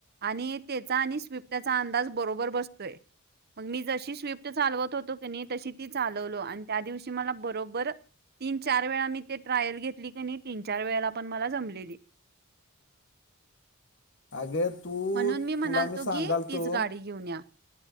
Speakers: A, on the right (about 45°); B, on the left (about 55°).
A: आणि त्याचा आणि स्विफ्टचा अंदाज बरोबर बसतोय मग मी जशी स्विफ्ट चालवत होतो की नाही तशी ती चालवलो आणि त्या दिवशी मला बरोबर तीन चार वेळा मी ते ट्रायल घेतली की नाही तीन चार वेळेला पण मला जमलेली.
B: आगे तू.
A: म्हणून मी म्हणालतो
B: तुला सांगालतो
A: की तीच गाडी घेऊन या.